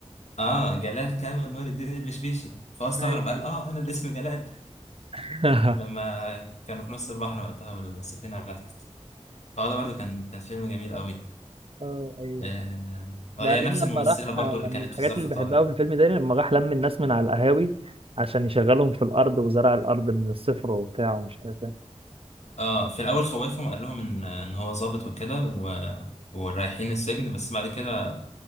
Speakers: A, on the left; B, on the right.
A: اه جلال كامل نور الدين البشبيشي فهو استغرب
B: ايوه
A: قال اه أنا اللي اسمي جلال
B: <laughs>
A: لما كانوا في نص البحر وقتها والسفينة غرقت فهو ده برضه كان كان فيلم جميل قوي
B: اه ايوه
A: آه
B: وبعدين
A: هي نفس
B: لما
A: الممثلة
B: راح
A: برضو
B: لما
A: اللي كانت
B: من الحاجات
A: في ظرف
B: اللي بحبها
A: طارق
B: في الفيلم ده لما راح لم الناس من على القهاوي عشان يشغلهم في الأرض وزرع الأرض من الصفر وبتاع ومش عارف ايه
A: اه في الاول خوفهم قال لهم ان ان هو ظابط وكده و... ورايحين السجن بس بعد كده